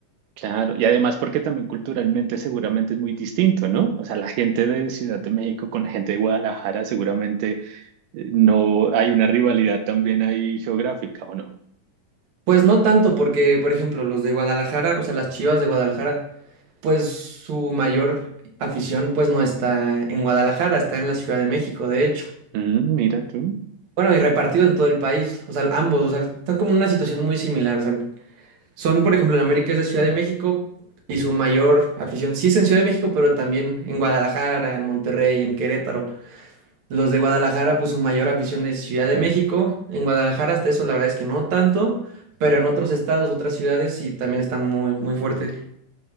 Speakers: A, on the right; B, on the right.
A: Claro, y además porque también culturalmente seguramente es muy distinto, ¿no? O sea, la gente de Ciudad de México con la gente de Guadalajara seguramente eh, no hay una rivalidad también ahí geográfica, ¿o no?
B: Pues no tanto, porque, por ejemplo, los de Guadalajara, o sea, las Chivas de Guadalajara, pues su mayor afición, pues no está en Guadalajara, está en la Ciudad de México, de hecho.
A: Mm, mira tú.
B: Bueno, y repartido en todo el país, o sea, ambos, o sea, están como en una situación muy similar, o sea, Son, por ejemplo, en América es de Ciudad de México y su mayor afición sí es en Ciudad de México, pero también en Guadalajara, en Monterrey, en Querétaro. Los de Guadalajara, pues su mayor afición es Ciudad de México. En Guadalajara hasta eso la verdad es que no tanto, pero en otros estados, otras ciudades sí también está muy, muy fuerte.